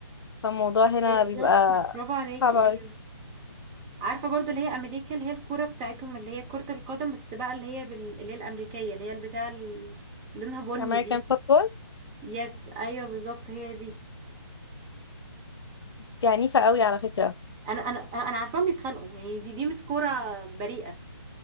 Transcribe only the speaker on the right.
بالظبط
برافو عليكي
ايوه عارفه برضو اللي هي امريكا اللي هي الكوره بتاعتهم اللي هي كره القدم بس بقى اللي هي بال... اللي هي الامريكيه اللي هي البتاع اللي لونها بني
دي
يس ايوه بالظبط هي دي
انا انا انا عارفاهم بيتخانقوا يعني دي دي مش كوره بريئه